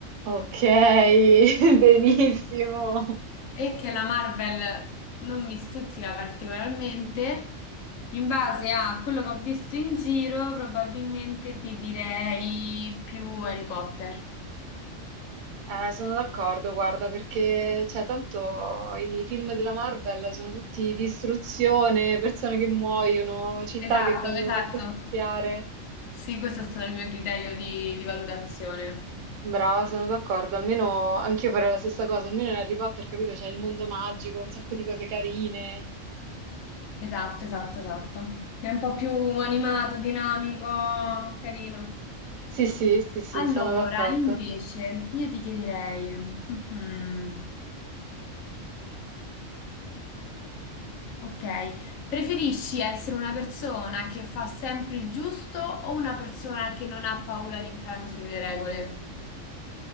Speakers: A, on the right; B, on the left.
A: Ok, <laughs> benissimo.
B: e che la Marvel non mi stuzzica particolarmente, in base a quello che ho visto in giro, probabilmente ti direi più Harry Potter.
A: Eh, sono d'accordo, guarda, perché cioè, tanto i film della Marvel sono tutti distruzione, persone che muoiono, città
B: Esatto,
A: che vengono
B: esatto.
A: fatte spiare.
B: Sì, questo è stato il mio criterio di, di valutazione.
A: Brava, sono d'accordo. Almeno anch'io farei la stessa cosa. Almeno in Harry Potter, capito? C'è il mondo magico, un sacco di cose carine.
B: Esatto, esatto, esatto. È un po' più animato, dinamico, carino.
A: Sì, sì, sì, sì,
B: Allora,
A: sono d'accordo.
B: invece, io ti chiederei, mhm, ok, preferisci essere una persona che fa sempre il giusto o una persona che non ha paura di infrangere le regole?